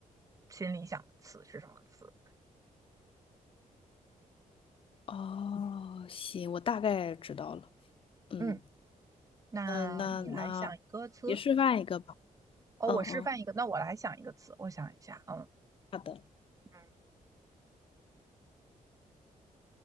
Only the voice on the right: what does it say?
心里想的词是什么词。
嗯，那你来想一个词。
哦，
我示范一个，那我来想一个词，我想一下，嗯。
嗯